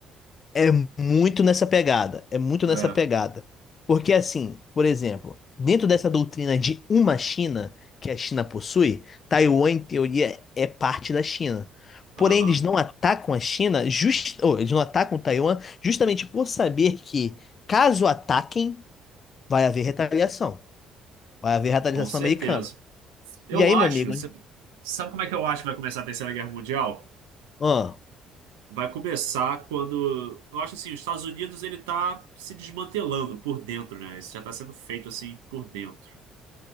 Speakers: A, on the left; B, on the right.
A: É muito nessa pegada. É muito
B: É.
A: nessa pegada. Porque, assim, por exemplo, dentro dessa doutrina de uma China que a China possui, Taiwan, em teoria, é parte da China.
B: Aham.
A: Porém, eles não atacam a China, just... ou, eles não atacam Taiwan justamente por saber que, caso ataquem, vai haver retaliação. Vai haver retaliação
B: Com certeza.
A: americana.
B: Eu
A: E aí,
B: acho.
A: meu amigo?
B: Sabe sabe como é que eu acho que vai começar a Terceira Guerra Mundial?
A: Ah,
B: Vai começar quando. Eu acho assim, os Estados Unidos ele tá se desmantelando por dentro, né? Isso já tá sendo feito assim por dentro.